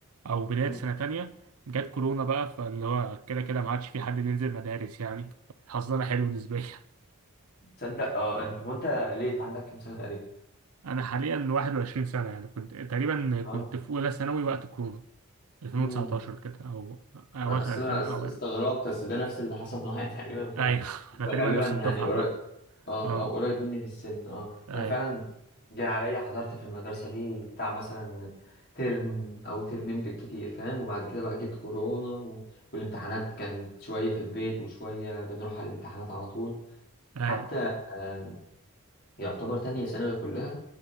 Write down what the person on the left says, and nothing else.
<laughs>
تصدق اه إن- هو انت ليه انت عندك كام سنه تقريبا
اه
امم
اصل
انا است-
استغربت
بس ده نفس اللي حصل معايا <laughs> تقريبا ف...
فغالبا
يعني قريب
اه
او قريب مني في السن اه
انا فعلا جه عليا حضرت في المدرسه دي بتاع مثلا ترم او ترمين بالكتير فاهم وبعد كده بقى جت كورونا و... والامتحانات كانت شويه في البيت وشويه بنروح على الامتحانات على طول
حتى آم، يعتبر تانية ثانوي كلها